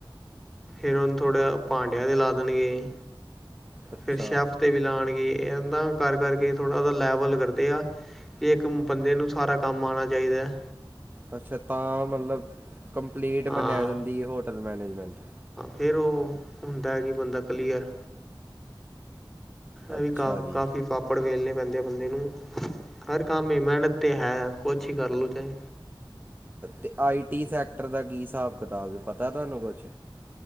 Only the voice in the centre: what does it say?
ਫੇਰ ਓਨੰ ਥੋੜਾ ਭਾਂਡਿਆਂ ਤੇ ਲਾ ਦੇਨਗੇ,
ਫੇਰ ਸ਼ੈਫ ਤੇ ਵੀ ਲਾਣਗੇ, ਐਂਦਾ ਕਰ ਕਰਕੇ ਥੋੜਾ ਓਦਾ ਲੈਵਲ ਕਰਦੇ ਆ ਤੇ ਏੱਕ ਬੰਦੇ ਨੂੰ ਸਾਰਾ ਕੰਮ ਆਣਾ ਚਾਈਦੈ।
ਹਾਂ
ਫੇਰ ਓ ਹੁੰਦਾ ਏ ਕਿ ਬੰਦਾ ਕਲੀਅਰ ਐ
ਵੀ ਕੰਮ
ਕਾਫੀ ਪਾਪੜ ਵੇਲਨੇ ਪੈਂਦੇ ਆ ਬੰਦੇ ਨੂੰ। ਹਰ ਕੰਮ ਮੇਂ ਮਿਹਨਤ ਤੇ ਹੈ, ਕੋਛ ਹੀ ਕਰ ਲੋ ਚਾਏ